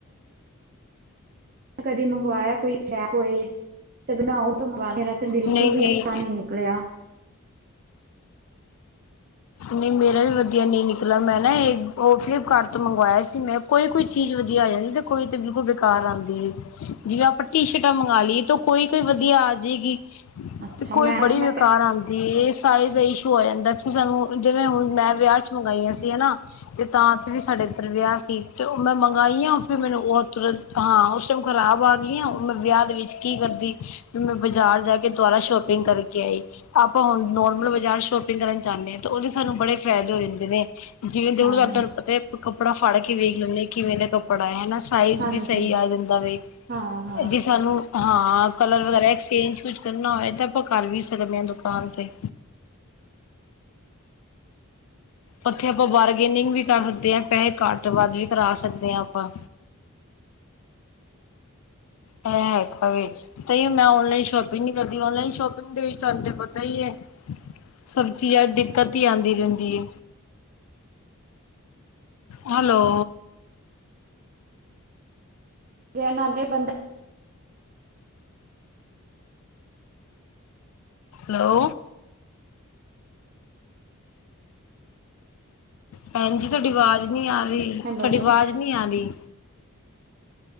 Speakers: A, on the right; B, on the left.
A: ਕਦੀ ਮੰਗਵਾਯਾ ਕੋਈ ਚਾਹ ਹੋਏ ਤੇ ਬਣਾਓ ਤਾਂ ਮੰਗਵਾਓ ਮੇਰਾ ਤੇ ਬਿਲਕੁਲ
B: ਨਹੀਂ-ਨਹੀਂ
A: ਵੀ ਆਸਾਨ ਵੀ ਆਨ ਈ ਨੀ <unintelligible>
B: ਨੀਂ ਮੇਰਾ ਵੀ ਵਧੀਆ ਨੀਂ ਨਿਕਲਾ, ਮੈਂ ਨਾ ਇਕ ਓ ਫਲਿਪਕਾਰਟ ਤੋਂ ਮੰਗਵਾਯਾ ਸੀ ਮੈਂ ਕੋਈ ਕੋਈ ਚੀਜ ਵਧੀਆ ਆ ਜਾਂਦੀ ਏ, ਕੋਈ ਤੇ ਬਿਲਕੁਲ ਬੇਕਾਰ ਆਂਦੀ ਏ ਜਿਵੇਂ ਆਪਾਂ ਟੀ-ਸ਼ਰਟਾਂ ਮੰਗਾ ਲਈਏ ਕੋਈ-ਕੋਈ ਵਧੀਆ ਆ ਜੇਗੀ
A: ਅੱਛਾ
B: ਤੇ ਕੋਈ
A: ਮੈਂ
B: ਬੜੀ
A: ਮੈਂ
B: ਬੇਕਾਰ ਆਂਦੀ ਏ, ਸਾਈਜ਼ ਦਾ ਈਸ਼ੂ ਆ ਜਾਂਦਾ ਫੇਰ ਸਾਨੂੰ ਜਿਵੇਂ ਹੁਣ ਮੈਂ ਵਿਯਾ 'ਚ ਮੰਗਾਈਆਂ ਸੀ ਹੈਨਾ, ਤੇ ਤਾਂ ਵੀ ਸਾਡੇ ਇੱਧਰ ਵਿਯਾ ਸੀ ਤੇ ਓ ਮੈਂ ਮੰਗਾਈਆ ਹਾਂ ਫਿਰ ਮੈਨੂੰ ਓ ਤੁਰੰਤ ਹਾਂ, ਓ ਸਭ ਖਰਾਬ ਆ ਗਿਆਂ। ਮੈਂ ਵਿਯਾ ਦੇ ਵਿੱਚ ਕੀ ਕਰਦੀ ਵੀ, ਮੈਂ ਬਾਜ਼ਾਰ ਜਾ ਕੇ ਦੁਆਰਾ ਸ਼ੋਪਿੰਗ ਕਰਕੇ ਆਈ। ਆਪਾਂ ਹੁਣ ਨੋਰਮਲ ਵ ਸ਼ੋਪਿੰਗ ਕਰਨ ਜਾਂਣੇ ਆ ਤਾਂ ਓਦੇ ਸਾਨੂੰ ਬੜੇ ਫੈਦੇ ਹੋ ਜਾਂਦੇ ਨੇ ਜਿਵੇਂ ਦੇਖੋ
A: ਹਾਂ ਹਾਂ
B: ਤੂਆਨੂੰ ਪਤਾ ਏ ਕੱਪੜਾ ਫੜ ਕੇ ਵੇਖ ਲੈਂਨੇ ਆਂ, ਕਿਵੇਂ ਦਾ ਕੱਪੜਾ ਏ, ਹੈਨਾ ਸਾਈਜ
A: ਹਾਂਜੀ
B: ਵੀ ਸਈ ਆ ਜਾਂਦਾ ਵੇ,
A: ਹਾਂ ਹਾਂ
B: ਜੇ ਸਾਨੂੰ ਹਾਂ ਕਲਰ ਵਗੈਰਾ ਐਕਸਚੇਂਜ ਕੁਝ ਕਰਨਾ ਹੋਵੇ ਤਾਂ, ਆਪਾਂ ਕਰ ਵੀ ਸਕਦੇ ਆਂ ਦੁਕਾਨ ਤੇ। ਉੱਥੇ ਆਪਾਂ ਬਾਰਗੇਨਿੰਗ ਵੀ ਕਰ ਸਕਦੇ ਆਂ, ਪੈਸੇ ਘੱਟ-ਵੱਧ ਵੀ ਕਰਾ ਸਕਦੇ ਆ ਆਪਾਂ। ਐ ਔਖਾ ਵੇ। ਤਈਓ ਮੈਂ ਔਨਲਾਈਨ ਸ਼ੋਪਿੰਗ ਨੀ ਕਰਦੀ, ਔਨਲਾਈਨ ਸ਼ੋਪਿੰਗ ਦੇ ਵਿੱਚ ਤੁਆਨੂੰ ਤੇ ਪਤਾ ਈਏ ਸਭ ਚੀਆਂ 'ਚ ਦਿੱਕਤ ਈ ਆਂਦੀ ਰੈਂਦੀਏ। ਹੈਲੋ।
A: ਗਿਆ, ਓ ਨਾਲੇ ਬੰਦਾ
B: ਹੈਲੋ ਭੈਣ ਜੀ ਤੁਆਡੀ ਵਾਜ਼ ਨੀ ਆਰੀ,
A: ਹੈਲੋ
B: ਥੋੜੀ ਵਾਜ ਨੀ ਆਰੀ।